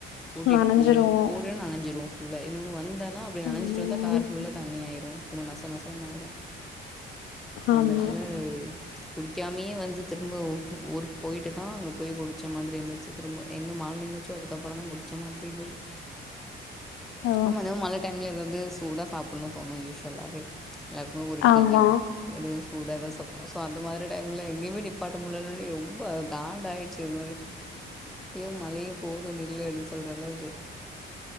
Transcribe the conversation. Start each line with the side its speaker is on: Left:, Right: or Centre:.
Centre: கூட்டிட்டு
Left: நனஞ்சிருவோ
Centre: பிள்ளைங்ள போறே நனஞ்சிரு ஃபுல்லா இன்னொன்னு வந்தெனா அப்டி நனசிட்டு
Left: ம்
Centre: வந்தா கார் ஃபுல்லா தண்ணி ஆயிரு அப்றோ நச நசனு ஆயிரு
Left: ஆமா
Centre: அதனால பூடிக்காமயே வந்து திரும்ப ஊருக்கு போய்ட்டுதா அங்க போய் புடிச்ச மாதிரி இருந்துச்சு திரும்ப எங்க மழ நின்னுச்சோ அதுக்கப்றோதா குடிச்ச மாதிரி இருந்துது
Left: ஓ
Centre: ஆமா எதோ மழ டைம்ல்ல இது வந்து சூடா சாப்புட்ணு தோணு யூஸ்வலாவே எல்லாருக்குமே ஒரு
Left: ஆமா
Centre: டீயோ ஒரு சூட எதா சாப்புட்னு சோ அந்த மாதிரி டைம்ல எங்கயுமே நிப்பாட்ட முடியிலனோனே ரொம்ப காண்ட ஆய்டுச்சு ஒரு மாரி ஐயோ மழையே போது நில்லு அப்டின் சொல்ற அளவுக்கு